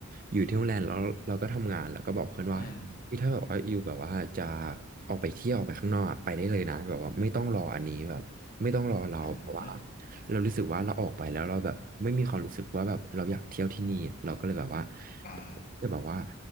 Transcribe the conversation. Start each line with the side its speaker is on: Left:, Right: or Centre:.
Right: อยู่ที่โรงแรมแล้วเราก็ทำงานแล้วก็บอกเพื่อนว่า
Left: อ่า
Right: คือถ้าแบบว่าอยู่แบบว่าจะออกไปเที่ยวออกไปข้างนอกอะไปได้เลยนะแบบว่าไม่ต้องรออันนี้แบบไม่ต้องรอเราเพราะว่า
Left: อ่าฮะ
Right: เรารู้สึกว่าเราออกไปแล้วเราแบบไม่มีความรู้สึกว่าแบบเราอยากเที่ยวที่นี่อะเราก็เลยแบบว่า
Left: อ่าฮะ
Right: จะแบบว่า